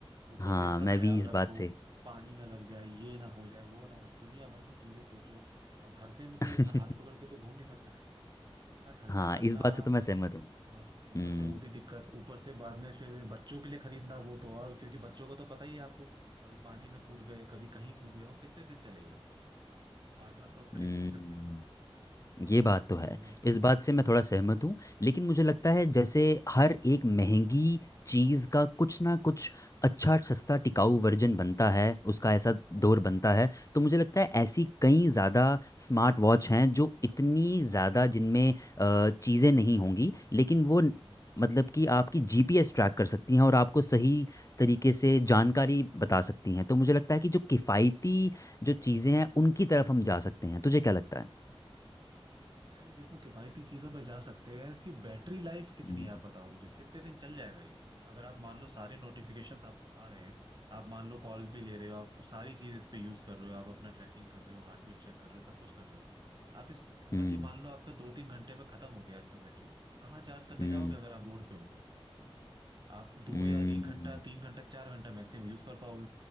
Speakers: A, on the right (about 50°); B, on the left (about 35°).
A: ऊपर
B: हाँ
A: से इसका
B: मैं
A: ख्याल
B: भी इस
A: रखो
B: बात से
A: पानी ना लग जाए ये ना हो जाए वो ना हो जाए दुनिया भर की चीजें सोचो अब हर दिन कोई
B: <laughs>
A: अपना हाथ पकड़ के तो घूम नहीं सकता है तो इतना खर्चा
B: हाँ
A: करना
B: इस बात से तो मैं सहमत हूँ
A: हाँ ऊपर
B: हम्म
A: से वो भी दिक्कत ऊपर से बाद में फिर बच्चों के लिए खरीदना वो तो और क्योंकि बच्चों को तो पता ही है आपको कभी पानी में कूद गए कभी कहीं कूद गए वो कितने दिन चलेगा तो बार बार तो आप खरीद
B: हम्म,
A: भी नहीं सकते ना
B: ये
A: ये
B: बात
A: भी एक प्रॉब्लम
B: तो है
A: है
B: इस बात से मैं थोड़ा सहमत हूँ लेकिन मुझे
A: हम्म,
B: लगता है जैसे हर एक महंगी चीज़ का कुछ ना कुछ अच्छा सस्ता टिकाऊ वर्जन बनता है उसका ऐसा
A: हम्म,
B: दौर बनता है तो मुझे लगता है ऐसी कई ज़्यादा स्मार्ट वॉच हैं जो इतनी ज़्यादा जिनमें अ, चीज़ें नहीं होंगी लेकिन वो न-
A: हाँ, हाँ।
B: मतलब कि आपकी जीपीएस ट्रैक कर सकती हैं और आपको सही तरीके से जानकारी बता सकती हैं तो मुझे लगता है कि जो किफ़ायती जो चीज़ें हैं उनकी तरफ हम जा सकते हैं तुझे क्या लगता
A: भाई देखो किफायती चीजों पे जा सकते हैं इसकी बैटरी लाइफ कितनी
B: है
A: है आप बताओ मुझे कितने दिन चल जाएगा ये अगर आप मान लो सारे नोटिफिकेशंस आपको आ रहे हैं आप मान लो कॉल भी ले रहे हो आप सारी चीज इस पे यूज कर रहे हो आप अपना ट्रैकिंग कर रहे हो हार्ट बीट चेक कर रहे हो सब कुछ कर रहे हो आप इस अगर
B: हम्म
A: ये मान लो आपका दो तीन घंटे में खत्म हो गया इसका बैटरी कहाँ चार्ज करने
B: हम्म
A: जाओगे अगर आप रोड पे हो तो? आप दो
B: हम्म,
A: या एक घंटा तीन घंटा चार घंटा मैक्सिमम यूज कर पाओगे